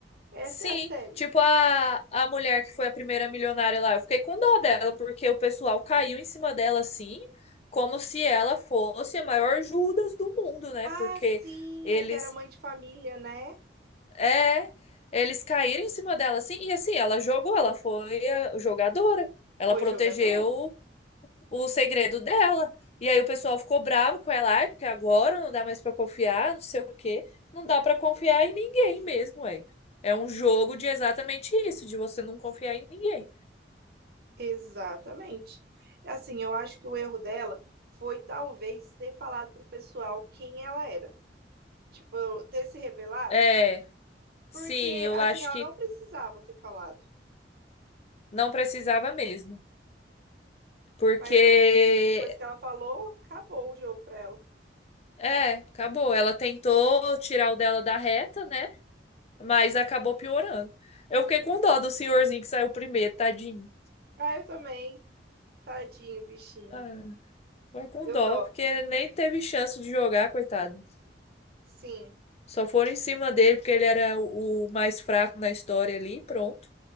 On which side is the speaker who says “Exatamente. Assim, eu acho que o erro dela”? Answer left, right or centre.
Right